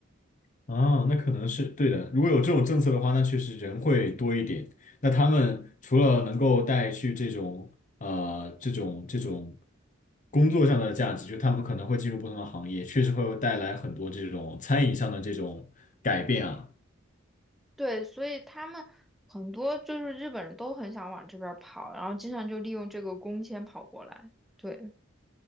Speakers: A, on the left; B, in the centre.
A: 啊，那可能是对的。如果有这种政策的话，那确实人会多一点。那他们除了能够带去这种呃这种这种工作上的价值，就他们可能会进入不同的行业，确实会带来很多这种餐饮上的这种改变啊。
B: 对，所以他们很多就是日本人都很想往这边儿跑，然后经常就利用这个工签跑过来，对，